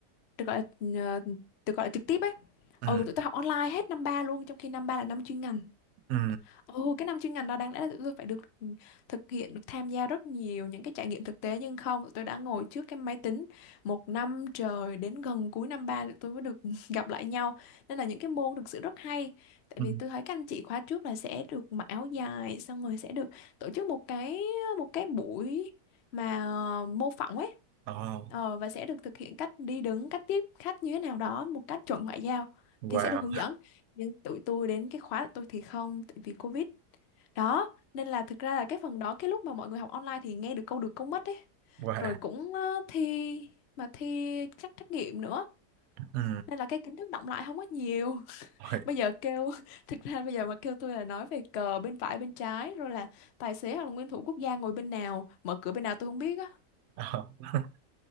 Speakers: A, on the left; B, on the right.
A: được gọi là ừ, ờ, được gọi là trực tiếp ấy.
B: Ừ.
A: Ừ, tụi tôi học online hết năm 3 luôn trong khi năm 3 là năm chuyên ngành.
B: Ừ.
A: Ồ, cái năm chuyên ngành đó đáng lẽ là tụi tôi phải được ừ, thực hiện, được tham gia rất nhiều những cái trải nghiệm thực tế nhưng không, tụi tôi đã ngồi trước cái máy tính một năm trời đến gần cuối năm ba tụi tôi mới được <laughs> gặp lại nhau. Nên là những cái môn thực sự rất hay. Tại
B: Ừ.
A: vì tôi thấy các anh chị khóa trước là sẽ được mặc áo dài, xong rồi sẽ được tổ chức một cái một cái buổi mà ờ, mô phỏng ấy.
B: Ờ.
A: Ờ, và sẽ được thực hiện cách đi đứng, cách tiếp khách như thế nào đó, một cách chuẩn ngoại giao
B: Wow.
A: thì sẽ được hướng dẫn. Nhưng tụi tôi đến cái khóa của tôi thì không, tại vì Covid đó, nên là thực ra là cái phần đó cái lúc mà mọi người học online thì nghe được câu được câu mất ấy.
B: Wow.
A: Rồi cũng ờ, thi mà thi các trắc nghiệm nữa.
B: Ừ.
A: Nên là cái kiến thức đọng lại không có nhiều.
B: Ôi.
A: <laughs> Bây giờ kêu <laughs> thực ra bây giờ mà kêu tôi là nói về cờ bên phải bên trái rồi là tài xế hoặc là nguyên thủ quốc gia ngồi bên nào, mở cửa bên nào tôi không biết á.
B: Ờ. <laughs>